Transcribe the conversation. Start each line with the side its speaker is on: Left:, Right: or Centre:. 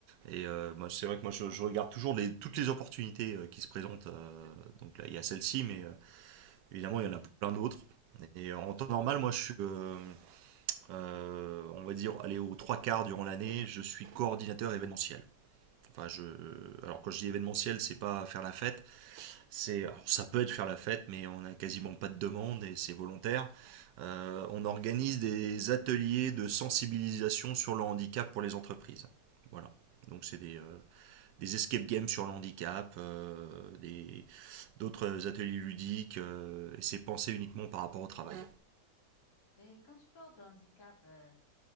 Right: Et euh, moi, c'est vrai que moi, je, je regarde toujours les, toutes les opportunités euh, qui se présentent. euh, donc là, il y a celle-ci, mais euh, Évidemment, il y en a plein d'autres. Et en temps normal, moi, je suis, euh, euh, on va dire, aller aux trois quarts durant l'année, je suis coordinateur événementiel. Enfin, je, alors quand je dis événementiel, c'est pas faire la fête, c'est, alors, ça peut être faire la fête, mais on n'a quasiment pas de demande et c'est volontaire. Euh, on organise des ateliers de sensibilisation sur le handicap pour les entreprises. Voilà. Donc c'est des, euh, des escape games sur le handicap, euh, des- d'autres ateliers ludiques, euh, et c'est pensé uniquement par rapport au travail.
Left: Et quand tu parles d'handicap, euh,